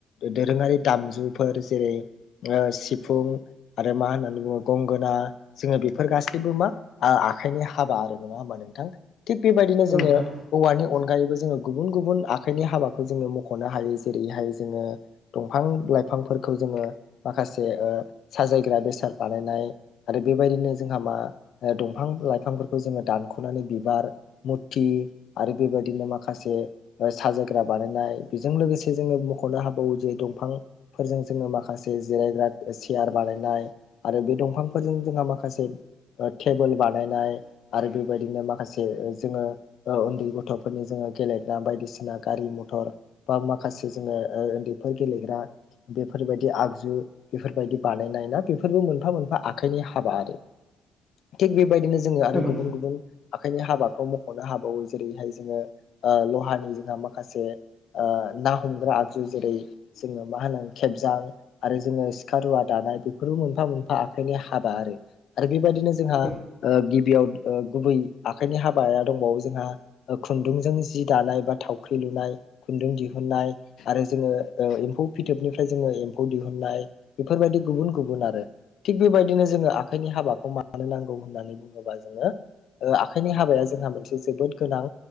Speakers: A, on the left; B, in the centre.
A: दोरोङारि दामजुफोर जेरै ओ सिफुं आरो मा होननानै बुङो गंगोना जोङो बेफोर गासैबो मा आखाइनि हाबा आरो नङा होनबा नोंथां? थिग बेबायदिनो
B: औ
A: जोङो
B: नोंथां
A: औवानि अनगायैबो जोङो गुबुन गुबुन आखाइनि हाबाखौ जोङो मख'नो हायो जेरैहाय जोङो दंफां लाइफांफोरखौ जोङो ओ माखासे साजायग्रा बेसाद बानायनाय आरो बेबायदिनो जों मा ओ दंफां लाइफांफोरखौ जोङो दानख'नानै बिबार मुरथि आरो बेबायदिनो माखासे साजायग्रा बानायनाय बेजों लोगोसे जोङो मख'नो हाबावो जे दंफांफोरजों जोङो माखासे जेरै जिरायग्रा सियार बानायनाय आरो बे दंफांफोरजों जोङो माखासे टेबोल बानायनाय आरो बेबायदिनो माखासे जोङो उन्दै गथ'फोरनि जोङो गेले ग्रा बायदिसिना गारि मथर बा माखासे जोङो उन्दैफोर गेलेग्रा बेफोरबायदि आगजु बेफोरबायदि बानायनाय ना बेफोरबो मोनफा मोनफा आखाइनि हाबा आरो। थिक बेबायदिनो जोङो आरो
B: औ नोंथां
A: गुबुन गुबुन आखाइनि हाबाखौ मख'नो हाबावो जेरैहाय जोङो ओ लहानि जोंहा माखासे ओ ना हमग्रा आगजु जेरै जोङो मा होनो खेबजां आरो जोङो सिखा रुवा दान बेफोरबो मोनफा मोनफा आखाइनि हाबा आरो आरो बेबायदिनो जोंहा
B: औ
A: गिबियाव गुबै आखाइनि हाबाया दंबावो जोंहा खुन्दुंजों जि दानाय बा थावख्रि लुनाय खुन्दुं दिहुननाय आरो जोङो एम्फौ फिथोबनिफ्राय जोङो एम्फौ दिहुननाय बेफोरबायदि गुबुन गुबुन आरो थिग बेबायदिनो जोङो आखाइनि हाबाखौ मा नांगौ होननानै बुङोबा जोङो आखायनि हाबाया जोंहा मोनसे जोबोद गोनां